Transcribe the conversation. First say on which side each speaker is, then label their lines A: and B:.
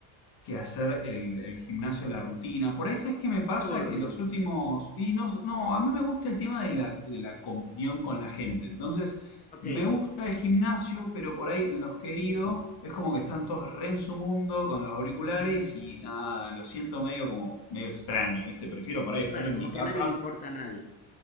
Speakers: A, on the left; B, on the left.
A: que hacer el, el gimnasio, la rutina. Por ahí, ¿sabes qué me pasa?
B: solo,
A: Que
B: digamos.
A: los últimos... Y no, no, a mí me gusta el tema de la, de la comunión con la gente. Entonces,
B: Ok.
A: me gusta el gimnasio, pero por ahí los que he ido es como que están todos re en su mundo con los auriculares
B: Ujú.
A: y nada, lo siento medio como medio extraño, ¿viste? Prefiero por ahí estar
B: Claro,
A: en
B: como
A: mi casa
B: que a nadie le importa a nadie.